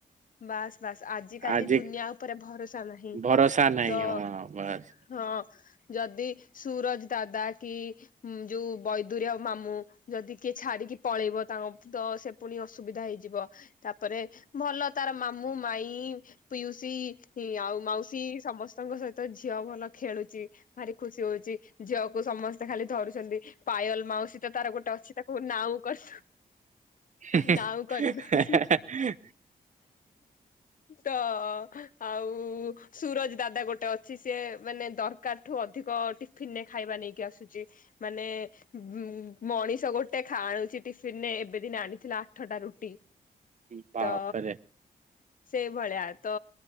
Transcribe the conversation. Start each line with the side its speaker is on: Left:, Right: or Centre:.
Left: ବାସ୍ ବାସ୍ ଆଜିିକାଲି
Right: ଆଜି
Left: ଦୁନିଆ ଉପରେ ଭରସା ନାହିଁ।
Right: ଭରସା ନାହିଁ
Left: ତ
Right: ହଁ ବାସ୍।
Left: ହଁ ଯଦି ସୁରଜ ଦାଦା କି ହୁ ଯୋଉ ବୈଦର ଆ ମାମୁଁ ଯଦି କିଏ ଛାଡିକି ପଳେଇବ ତାଙ୍କ ତ ସେ ପୁଣି ଅ ସୁବିଧା ହେଇଯିବ, ତାପରେ ଭଲ ତାର ମାମୁଁ, ମାଇ ପିଉସୀ ଆଉ ମାଉସୀ ସମସ୍ତଙ୍କ ସହିତ ଝିଅ ଭଲ ଖେଳୁଛି। ଭାରି ଖୁସି ହଉଛି ଝିଅକୁ ସମସ୍ତେ ଖାଲି ଧରୁଛନ୍ତି। ପାଏଲ ମାଉସୀ ତାର ଗୋଟେ ଅଛି ତାକୁ ନାଉ କରି
Right: ହୁଁ
Left: ନାଉ କରିଦଉଛି
Right: ହୁଃ ହେ ହେ
Left: ତ ଆଉ ସୁରଜ ଦାଦା ଗୋଟେ ଅଛି ସିଏ ମାନେ ଦରକାର ଠୁ ଅଧିକ ଟିଫିନରେ ଖାଇବା ନେଇକି ଆସୁଛି। ମାନେ ଉ ମଣିଷ ଗୋଟେ ଖା ଆଣୁଛି ଟିଫିନରେ ଏବେ ଦିନ ଆଣିଥିଲା। ଥଣ୍ଡା ରୁଟି
Right: ହୁଁ ବାପରେ।
Left: ତ ସେଇ ଭଳିଆ। ତ